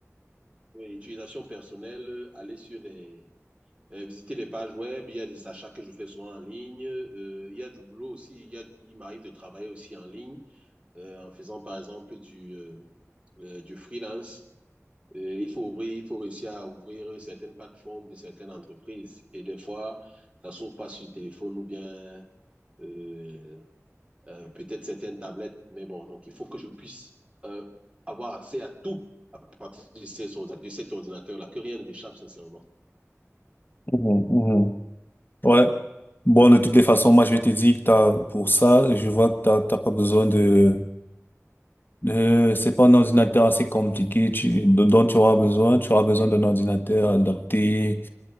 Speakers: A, on the right; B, on the left.
A: Oui, utilisation personnelle, euh, aller sur des. euh, visiter les pages web, il y a des achats que je fais souvent en ligne, euh, il y a du boulot aussi, il y a, il m'arrive de travailler aussi en ligne, euh, en faisant par exemple du, euh, euh, du freelance. Et il faut ouvrir, il faut réussir à ouvrir certaines plateformes de certaines entreprises. Et des fois, ça s'ouvre pas sur téléphone ou bien euh, euh, peut-être certaines tablettes. Mais bon, donc il faut que je puisse euh, avoir accès à tout à partir de, ces de cet ordinateur-là, que rien ne m'échappe, sincèrement.
B: Mhm, mhm. Ouais. Bon, de toutes les façons, moi, je te dis que t'as, pour ça, je vois que t'as, t'as pas besoin de, de, c'est pas un ordinateur assez compliqué tu, de- dont tu auras besoin. Tu auras besoin d'un ordinateur adapté